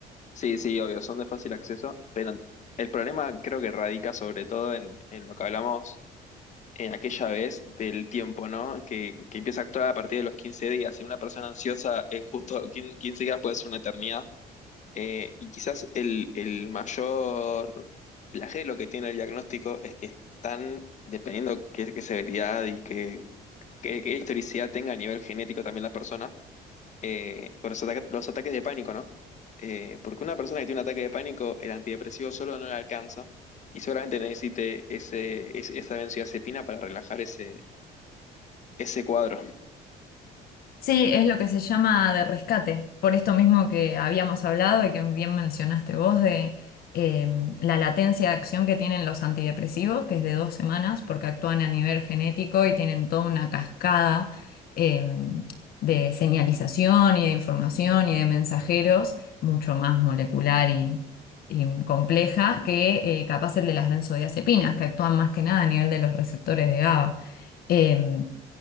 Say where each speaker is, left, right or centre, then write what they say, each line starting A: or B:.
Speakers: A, on the left; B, on the left.
A: Sí, sí, obvio, son de fácil acceso, pero el problema creo que radica sobre todo en, en lo que hablamos en aquella vez del tiempo, ¿no? Que, que empieza a actuar a partir de los 15 días. Si una persona ansiosa es justo quin- 15 días puede ser una eternidad. Eh, y quizás el, el mayor flagelo que tiene el diagnóstico es que están, dependiendo qué, qué severidad y qué, qué- qué historicidad tenga a nivel genético también la persona, eh, con los ataques, los ataques de pánico, ¿no? Eh, porque una persona que tiene un ataque de pánico, el antidepresivo solo no le alcanza y seguramente necesite ese, ese- esa benzodiazepina para relajar ese, ese cuadro.
B: Sí, es lo que se llama de rescate, por esto mismo que habíamos hablado y que bien mencionaste vos de eh, la latencia de acción que tienen los antidepresivos, que es de dos semanas, porque actúan a nivel genético y tienen toda una cascada eh, de señalización y de información y de mensajeros, mucho más molecular y, y compleja que eh, capaz el de las benzodiazepinas, que actúan más que nada a nivel de los receptores de GABA. Em,